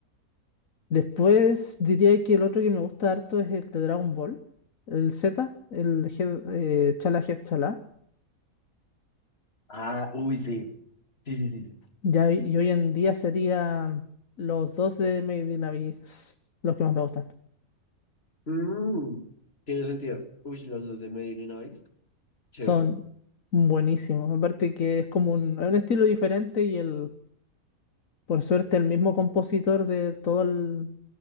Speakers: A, on the left; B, on the left.
A: Después diría que el otro que me gusta harto es el de Dragon Ball, el Z, el Head- eh, Chala Head Chala.
B: Ah, uy, sí. Sí, sí, sí. sí.
A: Ya, hoy- y hoy en día serían los dos de Made in Abyss los que más me gustan.
B: Mm, tiene sentido. Uy, los dos de Medellín, Noise. Chévere.
A: Son buenísimos. Aparte que es como un, es un estilo diferente y el, por suerte el mismo compositor de todo el,